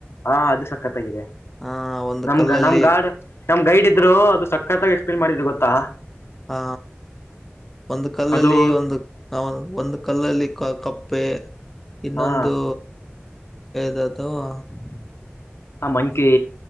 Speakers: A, on the left (about 70°); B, in the centre.
A: ಹಾ ಅದು ಸಖತ್ತಾಗಿದೆ
B: ಆ ಒಂದು
A: ನಮ್ಗ
B: ಕಲ್ಲಲ್ಲಿ
A: ನಮ್ ಗಾಡು ನಮ್ ಗೈಡ್ ಇದ್ರು ಅದು ಸಕ್ಕತ್ತಾಗಿ ಎಸ್ಪ್ಲೇನ್ ಮಾಡಿದ್ರೆ ಗೊತ್ತಾ?
B: ಹ ಒಂದು ಕಲ್ಲಲ್ಲಿ
A: ಅದು
B: ಒಂದು ಹಾ ಒಂದು ಕಲ್ಲಲ್ಲಿ ಕಪ್ಪೆ ಇನ್ನೊಂದು.
A: ಹಾ
B: <unintelligible>
A: ಆ ಮಂಕಿ